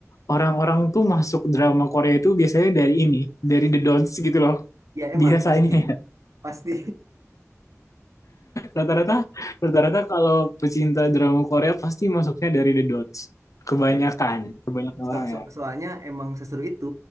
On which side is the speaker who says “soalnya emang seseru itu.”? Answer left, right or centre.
Right